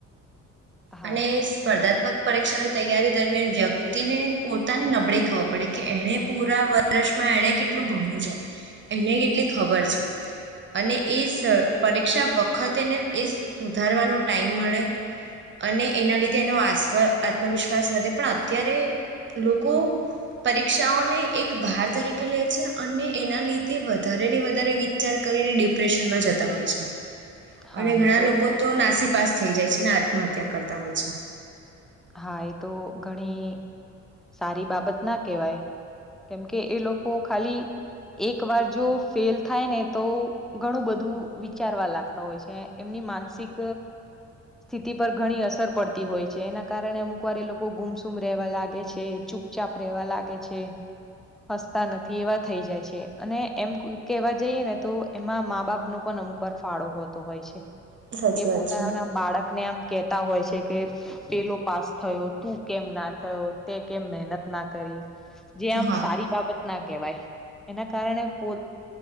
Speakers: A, in the centre; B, on the right (about 40°).
A: હા
B: અને સ્પર્ધાત્મક પરીક્ષાની તૈયારી દરમિયાન વ્યક્તિને પોતાની નબળી ખવ પડે કે એને પૂરા વ વર્ષમાં એને કેટલું ભણ્યું છે એને કેટલી ખબર છે અને એ સ પરીક્ષા વખતેને એ સુધારવાનો ટાઈમ મળે અને એના લીધે એનો આત્મવિશ્વાસ વધે પણ અત્યારે લોકો પરીક્ષાઓને એક ભાર તરીકે લે છે અને એના લીધે વધારે ને વધારે વિચાર કરીને ડિપ્રેશનમાં જતા હોય છે
A: હા
B: અને ઘણા
A: એ
B: લોકો તો નાસી પાસ થઈ જાય છે ને આત્મહત્યા કરતા હોય છે
A: હા એ તો ઘણી સારી બાબત ના કેહેવાય કેમકે એ લોકો ખાલી એક વાર જો ફેલ થાયને તો ઘણું બધું વિચારવા લાગતા હોય છે એમની માનસિક સ્થિતિ પર ઘણી અસર પડતી હોય છે એના કારણે અમુક વારી લોકો ગુમસુમ રહેેવા લાગે છે ચૂપચાપ રહેેવા લાગે છે હસતા નથી એવા થઈ જાય છે અને એમ કેવા જઈએ ને તો એમાં મા બાપનો પણ અમુકવાર ફાળો હોતો હોય છે
B: સાચી
A: કે
B: વાત
A: પોતાના
B: છે.
A: બાળકને આમ કેતા હોય છે કે પેલો પાસ થયો તું કેમ ના થયો તે કેમ મહેનત ના કરી જે આમ
B: હા
A: સારી બાબત ના કહેવાય એના કારણે પો